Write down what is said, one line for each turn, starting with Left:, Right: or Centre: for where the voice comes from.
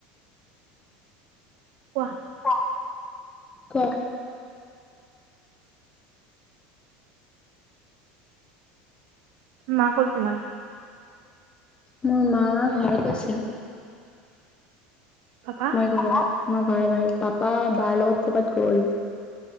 Right: কোৱা?
Left: ক ক
Right: মা ক'ল তোমাৰ?
Left: মোৰ মা ঘৰত আছে।
Right: পাপা?
Left: মই ঘৰ মই ঘৰৰ বাৰীত, পাপা বাৰ লগত কবাত গ'ল।